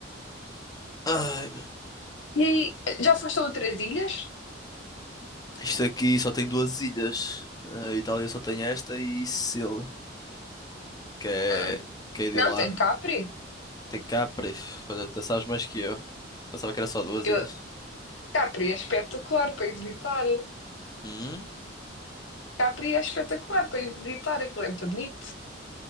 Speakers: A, on the left; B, on the left.
A: Ai, meu,
B: E aí, já foste a outras ilhas?
A: isto aqui só tem duas ilhas. A Itália só tem esta e Sicília, que é,
B: Ah,
A: que é de
B: Não,
A: lá.
B: tem Capri.
A: Tem Capres. Olha, tu sabes mais que eu. Pensava que era só duas
B: Eu,
A: ilhas.
B: Capri é espetacular para ir visitar.
A: Hum,
B: Capri é espetacular para ir visitar, aquilo é muito bonito.